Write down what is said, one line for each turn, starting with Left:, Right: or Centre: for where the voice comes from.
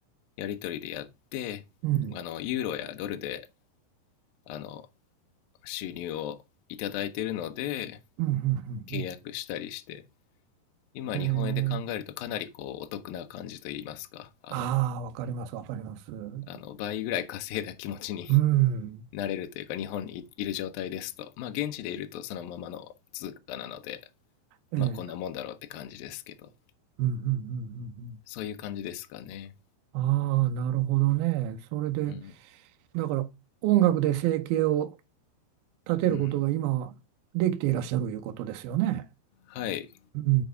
Left: やり取りでやってあのユーロやドルで
Right: うん。
Left: あの収入をいただいているので
Right: うん。うん。
Left: 契約したりして
Right: うん
Left: 今日本円で考えるとかなりこうお得な感じといいますかあの
Right: うんへえ。ああ、わかります、わかります。う
Left: あの倍ぐらい稼いだ気持ちに
Right: ん。
Left: <laughs> なれるというか日本にいる状態ですとまあ現地でいるとそのままの通貨なので
Right: ええ。
Left: まあこんなもんだろうって感じですけど
Right: うん。うん。うん。うん
Left: そういう感じですかね
Right: ああ、なるほどね。それで、
Left: うん
Right: だから音楽で生計を立てることが今はできていらっしゃるということですよね。
Left: うんはい
Right: うん。うん。